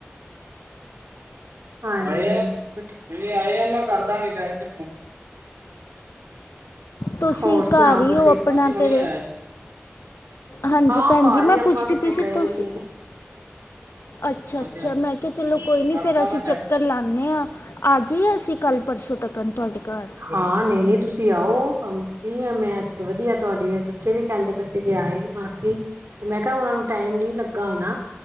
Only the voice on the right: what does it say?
ਹੁਨੇ ਆ ਆਇਆ ਮੈਂ ਕਰਦਾ ਹੁਨੇ ਠੈਰ ਕੇ ਫੋਨ।
ਹੋਰ ਸੁਣਾਓ
ਤੁਸੀਂ?
ਹਾਂਜੀ ਹੁਣੇ
ਆਇਆ ਜੀ।
ਹਾਂ
ਘਰ
ਹੀ
ਆਪਾਂ
ਕਿਤੇ
ਗਏ
ਨੀ।
ਹਾਂਜੀ
ਹਾਂਜੀ,
ਕਰਤਾ
ਮੈਂ ਠਹਿਰ
ਹਾਂ ਨਹੀਂ- ਨਹੀਂ ਤੁਸੀਂ ਆਓ, ਮੈਂ ਇੱਥੇ ਵਧੀਆ ਤੁਹਾਡੇ ਬੱਚੇ ਵੀ ਕਹਿੰਦੇ। ਫ ਸੀਗੇ ਆਏ ਨੀ ਮਾਸੀ ਤੇ ਮੈਂ ਕਿਹਾ ਉਹਨਾ ਨੂੰ ਟਾਈਮ ਨੀ ਲੱਗਾ ਹੋਣਾ।